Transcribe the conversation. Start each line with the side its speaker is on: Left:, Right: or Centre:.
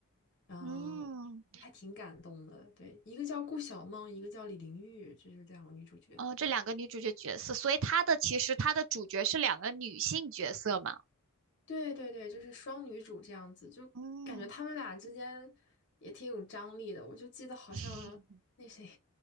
Left: 嗯，
Right: 嗯，
Left: 还挺感动的。对，一个叫顾晓梦，一个叫李玲玉，就是两个女主角。
Right: 哦，这两个女主角角色，所以她的其实她的主角是两个女性角色嘛？
Left: 对对对，就是双女主这样子，就感觉他们俩之间也挺有张力的。
Right: 嗯，
Left: 我就记得好像那谁，
Right: <laughs>